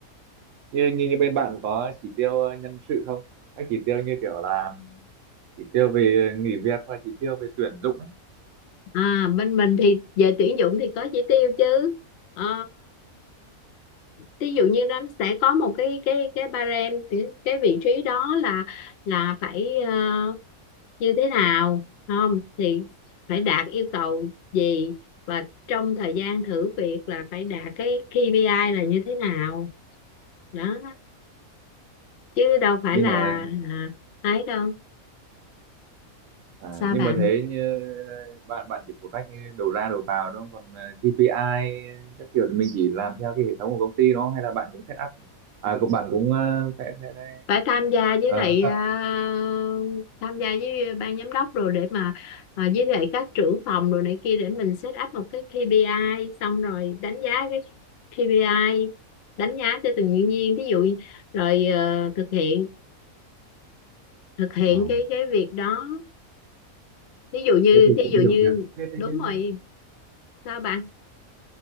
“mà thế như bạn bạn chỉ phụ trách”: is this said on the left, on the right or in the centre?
Right